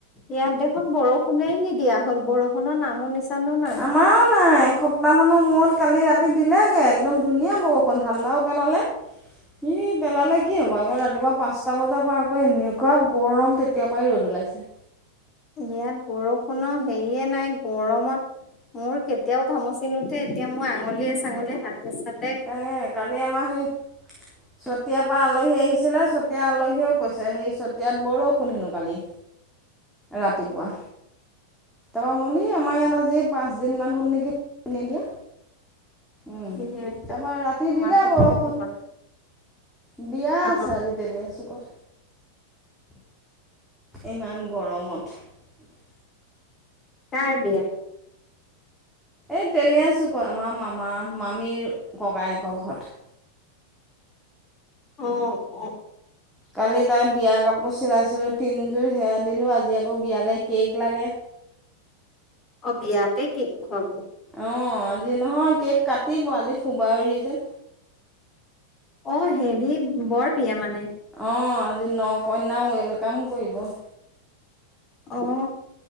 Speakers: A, on the left (about 25°); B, in the centre.
A: ইয়াত দেখোন বৰষুণে নিদিয়া হ'ল বৰষুণৰ নাম নামৰ নিচানো নাই।
B: আমাৰো নাই এসপ্তাহমানৰ মূৰত কালি ৰাতি দিলেগে একদম ধুনীয়া বৰষুণ ঠাণ্ডাও পেলালে ই পেলালে কি হ'ব আকৌ ৰাতিপুৱা পাঁচটা বজাৰ পৰা আকৌ এনেকুৱা গৰম তেতিয়া পাই ৰ'দ ওলাইছে
A: ইয়াত বৰষুণৰ হেৰিয়ে নাই গৰমত মোৰ কেতিয়াও ঘামচি নুঠে এতিয়া মোৰ আঙুলিয়ে চাঙলিয়ে হাতে চাত
B: সেই কালি আমাৰ সেই চতিয়াৰ পৰা আলহী আহিছিলে চতিয়া আলহীও কৈছে সেই চতিয়াত বৰষুণ হেনো কালি
A: <inaudible>
B: ৰাতিপুৱা সমুলী আমাৰ ইয়াত আজি পাঁচ দিনমান হ'ল নেকি নিদিয়া উম,
A: ইচ্ ৰাম
B: তাৰপৰা ৰাতি
A: আমাৰ
B: দিলে
A: ফালে
B: বৰষুণ
A: কি
B: বিয়া
A: অ
B: আছে আজি টেলীন চুকত ইমান গৰমত <unintelligible>
A: তাৰ বিয়া
B: এই তেলিয়া চুকৰ আমাৰ মামা মামীৰ ককায়েকৰ ঘৰত
A: অ অ
B: কালি তাই বিয়া কাপোৰ চিলাইছিলোঁ তিনিযোৰ সেয়া দিলোঁ আজি আকৌ বিয়ালৈ কেক লাগে
A: অ বিয়াতে কেক খুৱাব
B: অ আজি নহয় কেক কাটিব আজি খুবাউৰি যে
A: অ হেৰি বৰ প্ৰিয়া মানে
B: অঁ আজি ন কইনা ওলকাম কৰিব <unintelligible>
A: অ অ